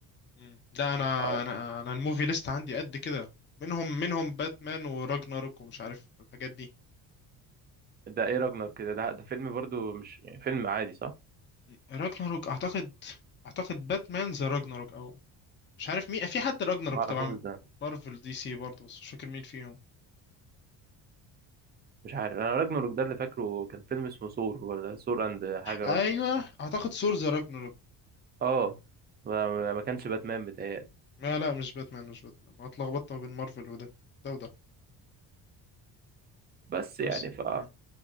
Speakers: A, on the left; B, on the right.
A: مم. لا انا
B: لا
A: انا انا الموفي ليست عندي قد كده منهم منهم باتمان وراجناروك ومش عارف الحاجات دي
B: ده ايه راجنر كده ده, ده فيلم برضو مش يعني فيلم عادي صح؟
A: مم. راجناروك اعتقد اعتقد باتمان ذا راجناروك او مش عارف مين في حد راجناروك
B: ما اعرفوش
A: طبعا
B: ده
A: مارفل دي سي برضه بس مش فاكر مين فيهم
B: مش عارف انا راجناروك ده اللي فاكره كان فيلم اسمه ثور ولا ثور اند حاجه راجناروك
A: ايوه اعتقد ثور ذا راجناروك
B: اه ما ما كانش باتمان بتهيألي
A: لا لا مش باتمان مش باتمان أنا اتلخبطت ما بين مارفل وده ده وده
B: بس
A: بس
B: يعني ف
A: مم.